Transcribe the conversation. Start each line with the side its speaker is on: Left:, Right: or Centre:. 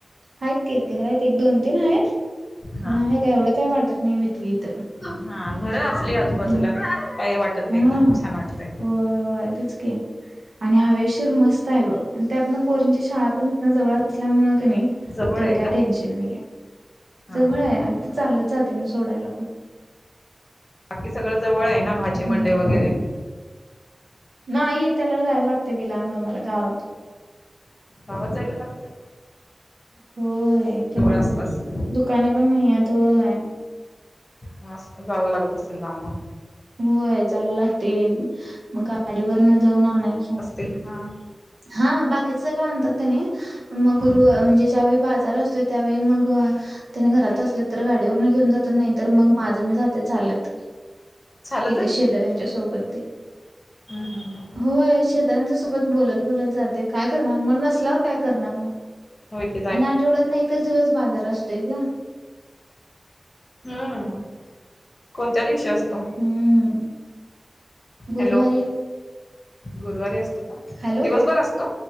Right: हायत की घर आहेत एक दोन तीन आहेत.
Left: हा.
Right: पण आहे का एवढं काय वाटत नाही भीती इथं.
Left: हां. घर असली की आजूबाजूला
Right: हम्म
Left: काही वाटत नाही
Right: हा
Left: गं! छान वाटतय.
Right: होय होय तेच की! आणि हवेशीर मस्त आहे बघ. आणि त्यातन पोरींची शाळा पण इथं जवळ असल्यामुळे क नी
Left: जवळ
Right: तेवढं
Left: आहे का?
Right: काय टेन्शन नाही आहे.
Left: हा
Right: जवळ
Left: हा
Right: आहे अगदी चालत जाते मी सोडायला पण.
Left: बाकी सगळं जवळ आहे ना, भाजी
Right: हम्म
Left: मंडई वगैरे.
Right: नाही. वित्याला जायला लागतंय बी लांब आम्हाला गावात.
Left: गावात जायला लागतंय.
Right: होय. तेन
Left: आसपास
Right: दुकाने पण नाही हायत होय.
Left: मस्त जावं लागत असेल, लांब मग.
Right: होय जायला लागतंय. मग गाडीवरन जाऊन आणायचं.
Left: हे हां.
Right: हां. बाकीच सगळ आणतात त्यांनी मग गुरु
Left: हा
Right: म्हणजे ज्यावेळी बाजार अस तो त्यावेळी मंग त्यांनी घरात असले तर गाडीवरून घेऊन जातात. नाही तर मग माझं मी जाते चालत.
Left: चालत
Right: इथे शेजऱ्यांच्या सोबत ते
Left: हं हं हं.
Right: होय. शेजऱ्यांच्या सोबत बोलत बोलत जाते. काय करणार मगं नसल्यावर काय करणार म-
Left: होय की जाय
Right: आणि आठवड्यात न एकच दिवस बाजार असतोय गं.
Left: हं. कोणत्या दिवशी असतो.
Right: हम्म गुरुवारी
Left: हॅलो गुरुवारी अस तो का
Right: हॅलो
Left: दिवसभर असतो?